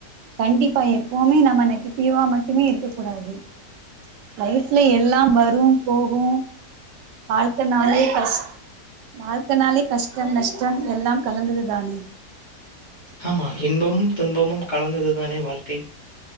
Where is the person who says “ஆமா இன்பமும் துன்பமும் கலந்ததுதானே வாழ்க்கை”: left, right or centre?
Left